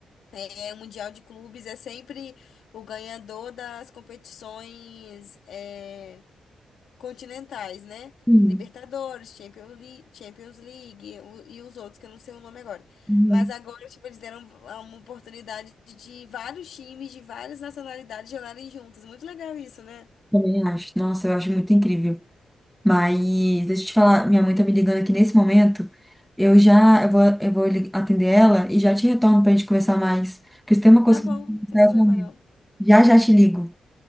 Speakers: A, on the left (about 75°); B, in the centre.
A: É, o Mundial de Clubes é sempre o ganhador das competições é, continentais, né?
B: Hum,
A: Libertadores, Champions League, Champions League o- e os outros que eu não sei o nome agora.
B: hum,
A: Mas agora, tipo, eles deram uma oportunidade de vários times de várias nacionalidades jogarem juntos. Muito legal isso, né?
B: também acho. Nossa, eu acho muito incrível. Mas deixa eu te falar, minha mãe tá me ligando aqui nesse momento. Eu já, eu vou, eu vou li- atender ela e já te retorno pra gente conversar mais. Porque se tem uma coisa
A: Tá bom,
B: que eu vou
A: não tem
B: conversar,
A: problema
B: é comigo.
A: não.
B: Já já te ligo.